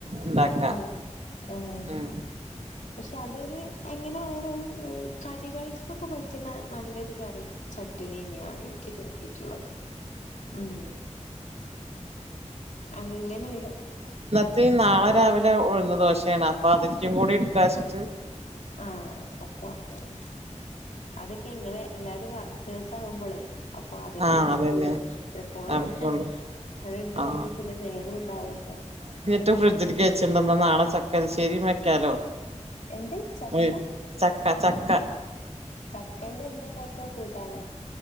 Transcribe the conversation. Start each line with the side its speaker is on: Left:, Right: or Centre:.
Right: ഇണ്ടാക്ക
Left: <unintelligible> ആഹ് ആഹ്
Right: ഉം
Left: പക്ഷെ അതൊരു എങ്ങനെ വേറെ ഒരു കടികളിക്കൊക്കെ പറ്റ്ണ നല്ലൊരു കറി ചട്ടിനീന്നെയാണ് എനിക്ക് തോന്നിയിട്ടുള്ളത് ഉം അങ്ങനെല
Right: ത് നാളെ രാവിലെ ഉഴുന്ന് ദോശയാണ് അപ്പൊ അതിൽക്കും കൂടി എടുക്കാ വെച്ചിട്ട്
Left: ആഹ് ആഹ് അപ്പൊ ഉം അതൊക്കെ ഇങ്ങള് എല്ലാരും വർക്കെഴ്സ് ആഉമ്പളേ ഇപ്പൊ അതൊക്കെ
Right: ആഹ്
Left: നടക്കുള്ളൂ
Right: അതന്നെ
Left: എപ്പോളും
Right: നടക്കുള്ളൂ
Left: ഇങ്ങെ പണി ഇടുത്
Right: ആഹ്
Left: കഴിഞ്ഞ പിന്നെ നേരുണ്ടാവൂല
Right: ട്ട് ഫ്രഡ്ജിക്ക് വെച്ചിണ്ട ന്നാ നാളെ ചക്കരിശ്ശേരിം വെക്കാലോ
Left: എന്ത് ചപ്പ
Right: ഉം ചക്ക ചക്ക
Left: ചക്കന്റെ എന്ത്ണ്ടാക്ക കൂട്ടാനോ